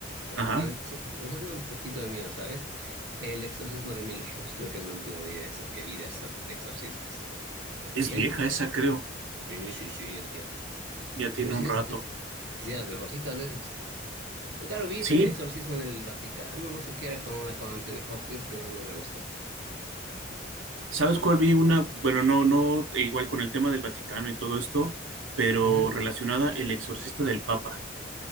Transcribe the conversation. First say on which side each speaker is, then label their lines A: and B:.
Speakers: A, on the right; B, on the right.
A: hace
B: Ajá,
A: tiempo, hace- o sea, me da un poquito de miedo, ¿sabes? El exorcismo de Emily Rose, creo que es lo último que vi de exor- que vi de exor- de exorcismos. Hace
B: es
A: tiempo.
B: vieja esa, creo,
A: Sí, sí, sí, es vieja.
B: ya tiene
A: Pero sí
B: un rato.
A: es, eh, es de las mejorcitas de esas. Pues Claro, vi
B: Sí,
A: también Exorcismo en el Vaticano, no sé qué era con una con Anthony Hopkins que no, no me gustó.
B: ¿Sabes cuál vi una? Bueno, no, no, igual con el tema del Vaticano y todo esto, pero
A: Ujú.
B: relacionada el exorcista del Papa,